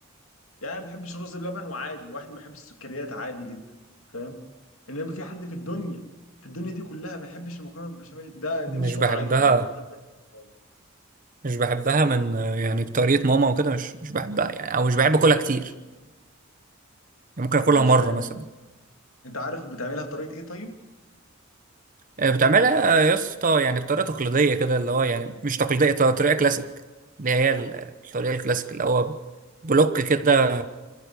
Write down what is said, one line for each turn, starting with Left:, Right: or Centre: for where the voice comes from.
Left: يعني أنا ما بحبش الرز بلبن وعادي الواحد ما بيحبش السكريات عادي جدا فاهم انما في حد في الدنيا في الدنيا دي كلها ما يحبش المكرونه بالبشاميل ده دي
Right: مش
Left: مش طبيعيه
Right: بحبها
Left: دي دي لا بجد مش طبيعية.
Right: مش بحبها من آه، يعني بطريقه ماما وكده مش مش بحبها يعني او مش بحب اكلها كتير يعني ممكن اكلها
Left: انا مش
Right: مره
Left: فاهم
Right: مثلا
Left: يعني انت عارف بتعملها بطريقه ايه طيب
Right: آه، بتعملها آه، يا اسطى يعني بطريقه تقليديه كده اللي هو يعني مش تقليديه طريقه كلاسيك اللي هي الطريقه الكلاسيك اللي هو بلوك كده